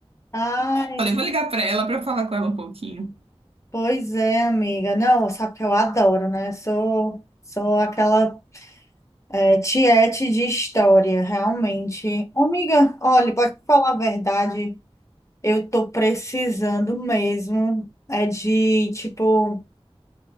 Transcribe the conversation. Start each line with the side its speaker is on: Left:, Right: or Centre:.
Left: Ai,
Right: Falei, vou ligar pra ela pra eu falar com ela um pouquinho.
Left: pois é, amiga. Não, sabe que eu adoro, né? Sou, sou aquela é, tiete de história, realmente. Ô, Amiga, olha, pode falar a verdade, eu tô precisando mesmo é de, tipo,